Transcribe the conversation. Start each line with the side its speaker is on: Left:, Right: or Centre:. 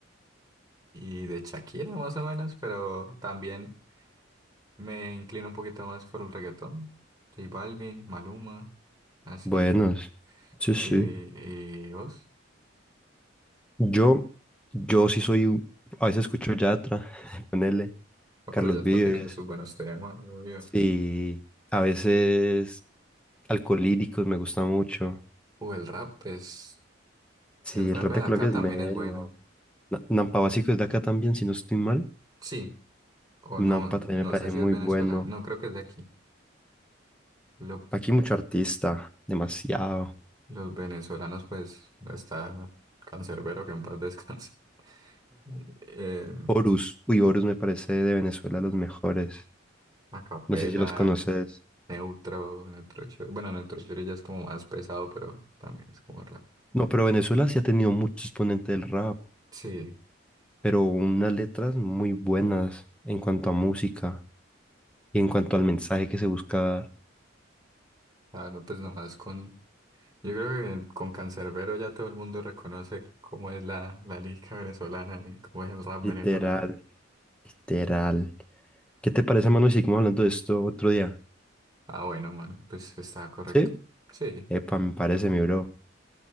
Right: y de Shakira más o menos, pero también me inclino un poquito más por el reggaetón. J Balvin, Maluma, así.
Centre: Buenos. Sí,
Right: ¿Y,
Centre: sí.
Right: y vos?
Centre: Yo, yo sí soy, un- a veces escucho Yatra, <laughs> ponele,
Right: Ah,
Centre: Carlos
Right: pero Yatra
Centre: Vives.
Right: tiene sus buenos temas, obvio.
Centre: Sí, a veces Alcolíricos me gusta mucho.
Right: O el rap es...
Centre: Sí,
Right: El rap
Centre: el rap
Right: de
Centre: de
Right: acá
Centre: Colombia es
Right: también
Centre: melo.
Right: es bueno.
Centre: Na- Nampa Básico es de acá también, si no estoy mal.
Right: Sí, o
Centre: Nampa
Right: no,
Centre: también
Right: no
Centre: me parece
Right: sé si
Centre: muy
Right: es venezolano.
Centre: bueno.
Right: No, creo que es de aquí. Lo-
Centre: Aquí mucho artista, demasiado.
Right: los venezolanos, pues, está Cancerbero que en paz descanse. <laughs> Eh,
Centre: Horus. Uy, Horus me parece de Venezuela los mejores.
Right: Acapela
Centre: No sé si los conoces.
Right: Neutro, Neutro Shore. Bueno, Neutro Shore ya es como más pesado, pero también es como rap.
Centre: No, pero Venezuela sí ha tenido mucho exponente del rap,
Right: Sí,
Centre: pero unas letras muy buenas en cuanto a música y en cuanto al mensaje que se busca dar.
Right: claro, pues nomás con. Yo creo que con Canserbero ya todo el mundo reconoce cómo es la, la lírica venezolana y cómo es el rap
Centre: Literal,
Right: venezolano.
Centre: literal. ¿Qué te parece, mano, si seguimos hablando de esto otro día?
Right: Ah, bueno, man, pues está correcto.
Centre: ¿Sí?
Right: Sí,
Centre: Epa, me parece, mi bro.